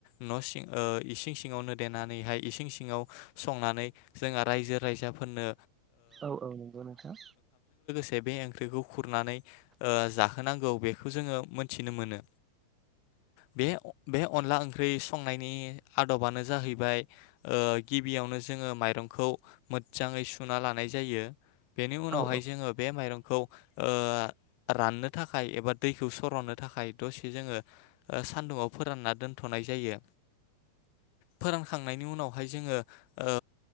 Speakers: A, on the left; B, on the right.
A: न' सिं ओ इसिं सिङावनो देनानैहाय इसिं सिङाव संनानै जोंहा रायजो राजाफोरनो
B: औ औ नंगौ नोंथां।
A: से बे ओंख्रिखौ खुरनानै ओ जाहोनांगौ बेखौ जोङो मोनथिनो मोनो बे बे अनला ओंख्रि संनायनि आदबानो जाहैबाय ओ गिबियावनो जोङो माइरंखौ मोजाङै सुना लानाय जायो। बेनि उनावहाय
B: औ
A: जोङो माइरंखौ ओ राननो थाखाय एबा दैखौ सर'नो थाखाय दसे जोङो सानदुङाव फोरानना दोनथनाय जायो फोरानखांनायनि उनावहाय जोङो ओ